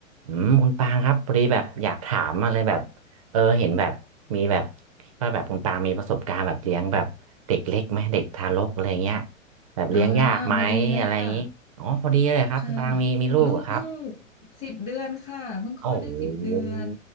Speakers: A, on the right; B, on the left.
A: อืมคุณปางครับพอดีแบบอยากถามมาเลยแบบเออเห็นแบบมีแบบว่าแบบคุณปางมีประสบการณ์แบบเลี้ยงแบบเด็กเล็กไหมเด็กทารกอะไรเงี้ยแบบเลี้ยงยากไหมอะไรอย่างนี้อ๋อพอดีเลยครับคุณปางมีมีลูกเหรอครับ
B: อ่าพอดีเลยค่ะค่ะลูกเพิ่งสิบเดือนค่ะเพิ่งคลอดได้สิบเดือน
A: โอ้โห